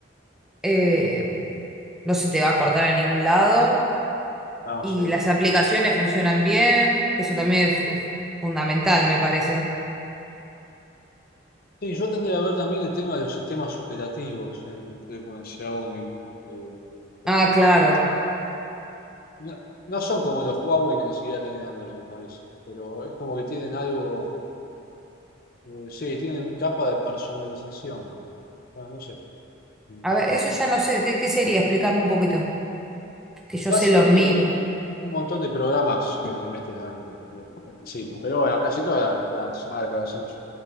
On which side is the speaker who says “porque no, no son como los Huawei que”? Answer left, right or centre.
Left